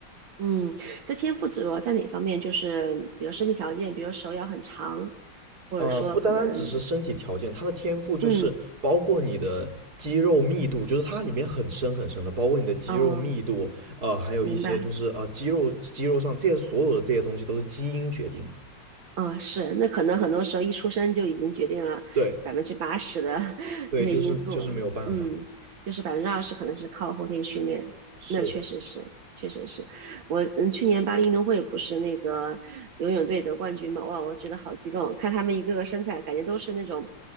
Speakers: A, on the right (about 80°); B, on the right (about 50°).
A: 嗯，这天赋主要在哪方面？就是比如身体条件，比如手要很长，或者说可能
B: 呃，不单单只是身体条件，他的天赋就是包括你的肌肉密度，
A: 嗯
B: 就是它里面很深很深的，包括你的肌肉密度，
A: 哦，
B: 呃，还有一些就是呃肌肉肌肉上这些所有的这些东西都是基因决定的。
A: 明白。嗯，是，那可能很多时候一出生就已经决定了百分之八十的
B: 对
A: <laughs>
B: 对，
A: 这些因素嗯，
B: 就是就是没有办法，
A: 就是百分之二十可能是靠后天训练，
B: 是
A: 那确实是，确实是。我嗯，去年巴黎运动会不是那个游泳队得冠军嘛？哇，我觉得好激动，看他们一个个身材，感觉都是那种